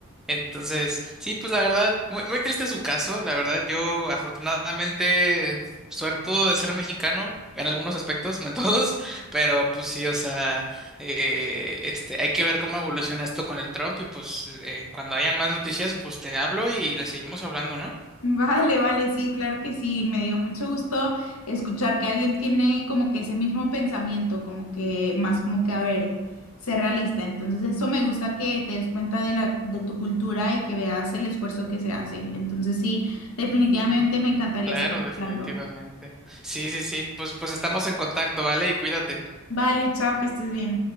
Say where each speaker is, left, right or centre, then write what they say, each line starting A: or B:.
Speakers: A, in the centre; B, on the left (about 80°).
A: Entonces, sí, pues la verdad, muy, muy triste su caso. La verdad, yo afortunadamente, suertudo de ser mexicano en algunos aspectos, no en <laughs> todos, pero pues sí, o sea, eh, este, hay que ver cómo evoluciona esto con el Trump y pues eh, cuando hayan más noticias, pues te hablo y le seguimos hablando, ¿no?
B: Vale, vale, sí, claro que sí. Me dio mucho gusto escuchar que alguien tiene como que ese mismo pensamiento, como que más como que, a ver, ser realista. Entonces, eso me gusta que te des cuenta de la, de tu cultura y que veas el esfuerzo que se hace. Entonces, sí, definitivamente me encantaría
A: Claro,
B: seguir
A: definitivamente.
B: hablando.
A: Sí, sí, sí, pues, pues estamos en contacto, ¿vale? Y cuídate.
B: Vale, chao, que estés bien.